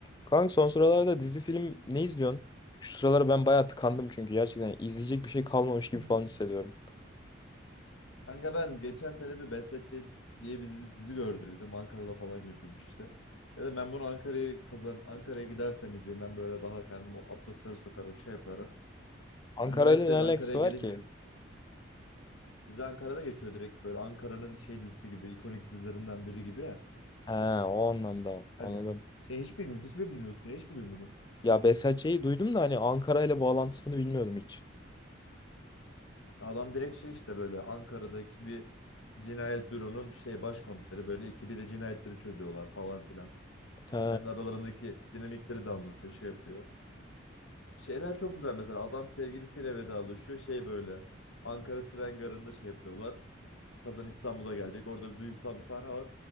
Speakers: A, on the left; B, on the left.
A: Kanka son sıralarda dizi film ne izliyorsun? Şu sıralar ben bayağı tıkandım çünkü gerçekten izleyecek bir şey kalmamış gibi
B: <laughs>
A: falan hissediyorum.
B: Kanka ben geçen sene bir Besletçe diye bir dizi, dizi gördüydüm. Ankara'da falan geçiyormuş işte. Dedim ben bunu Ankara'yı kazan Ankara'ya gidersem izleyeyim. Ben böyle daha kendimi o atmosfere sokarım, şey yaparım.
A: Ankara
B: Üniversitede
A: ile ne alakası
B: Ankara'ya gelince
A: var ki?
B: bir dizi Ankara'da geçiyor direkt böyle Ankara'nın şey dizisi gibi, ikonik dizilerinden biri gibi ya.
A: He o anlamda anladım.
B: Hadi. Sen hiç bilmi hiç mi bilmiyorsun ya, hiç mi duymadın?
A: Ya Behzatçı'yı duydum da hani Ankara ile bağlantısını bilmiyordum hiç.
B: Adam direkt şey işte böyle Ankara'daki bir cinayet büronun şey başkomiseri böyle ikibiri cinayetleri çözüyorlar falan filan.
A: He,
B: Kendi aralarındaki dinamikleri de anlatıyor, şey yapıyor. Şeyler çok güzel mesela adam sevgilisiyle vedalaşıyor. Şey böyle Ankara tren garında şey yapıyorlar. Kadın İstanbul'a gelecek. Orada bir duygusal bir sahne var.